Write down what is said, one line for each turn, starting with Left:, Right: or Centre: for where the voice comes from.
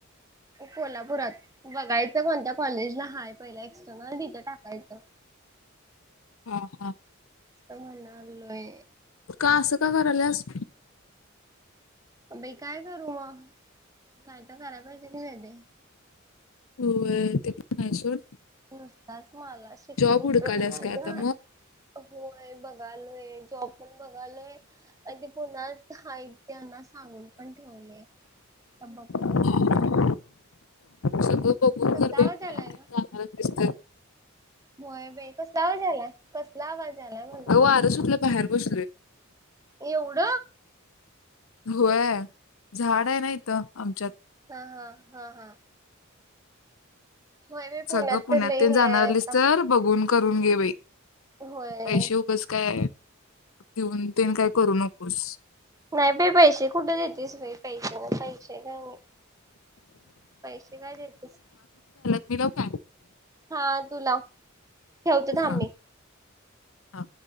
Right: कोल्हापुरात बघायच कोणत्या कॉलेजला हाय पहिले एक्सटर्नल तिथे टाकायचं.
Left: ह ह.
Right: स मनालोय.
Left: का असं का कराल्यास?
Right: बाई काय करू मग काय तर करायला पाहिजे का नाही ते.
Left: हो ते पण हाय सोड.
Right: नसतात. मला शिकवून
Left: जॉब
Right: उपयोग
Left: हुडकाल्यास
Right: नाही
Left: काय
Right: ग
Left: आता
Right: होय बघ बघालोय जॉब पण बघालोय आणि ते पुन्हाह त्यांना सांगून पण ठेवले बघूय.
Left: मग <inaudible>
Right: कस
Left: बाई
Right: आवाज
Left: पुण्यात
Right: आलाय का?
Left: ते जाणारच दिसतंय.
Right: होय बाई कसला आवाज आला कसला आवाज? आलाय म्हणलं
Left: अ आरसठलं बाहेर बसलय.
Right: एवढ.
Left: होय झाड आहे नाहीत आमच्यात
Right: हा हा हा हा. होय बाई
Left: सगळं पुण्यात
Right: तर लई
Left: ते
Right: हे
Left: जाणार
Right: आहेत
Left: आलीस
Right: ना
Left: तर बघून. करून घेवेय.
Right: होय.
Left: पैसे उगच काय? घेऊन ते काय करू नक खुश.
Right: नाही बे पैसे खुठ देतस ब पैसे ना पैसे का नाही पैसे काय दयचेस.
Left: मिलव काय
Right: हा तू लाव. ठेवतो ना
Left: हा
Right: आम्ही
Left: हा.